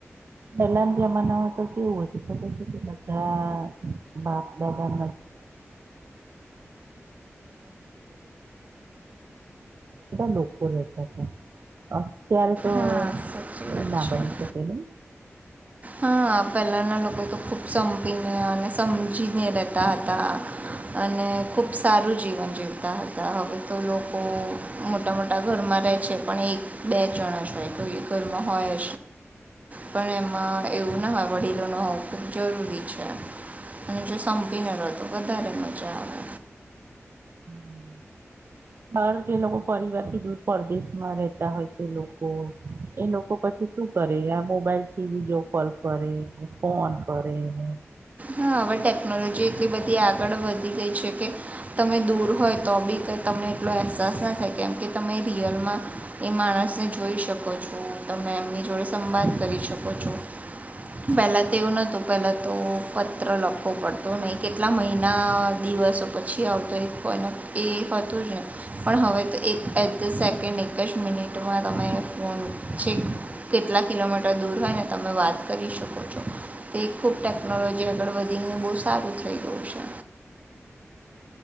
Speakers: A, on the right; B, on the right.
A: પેલા ના જમાનામાં તો કેવું હતું તો ખબર છે કે બધા બાપ દાદા <inaudible> લોકો રહેતા હતા અત્યારે તો
B: હા સાચી વાત
A: એ ના
B: છે
A: બની શકે ને
B: હા પહેલાના લોકો તો ખૂબ સંપીને અને સમજીને રહેતા હતા અને ખુબ સારું જીવન જીવતા હતા હવે તો લોકો મોટા મોટા ઘરમાં રહે છે પણ એક બે જણા જ હોય તો એ ઘરમાં હોય પણ એમાં એવું ના હોય વડીલોનું હોવું ખૂબ જરૂરી છે. અને જો સંપીને રેતો વધારે મજા આવે.
A: <inaudible> હાર જે લોકો પરિવાર થી દૂર પરદેશમાં રેતા હોય છે. તે લોકો એ લોકો પછી શ શું કરે મોબાઈલ થી વિડીયો કોલ કરેને ફોન કરેને
B: હા હવે ટેકનોલોજી એટલી બધી આગળ વધી ગઈ છે કે તમે દૂર હોય તો બી કંઈ તમને એટલો અહેસાસ ના થાય કેમ કે તમે રિયલમાં એ માણસને જોઈ જોઈ શકો છો. તમે એમની જોડે સંવાદ કરી શકો છો. પેલા તો એવું નતું પેલા તો પત્ર લખવો પડતો નહીં કેટલા મહિના દિવસો પછી આવતો એક કોઈને એ હતું ને. પણ હવે તો એક એ ધ સેકન્ડ એક જ મિનિટમાં તમે ફોન છે. કેટલા કિલોમીટર દૂર હોયને તમે વાત કરી શકો છો તે ખૂબ ટેકનોલોજી જે આગળ વધીને બહુ સારું થઈ ગયું છે.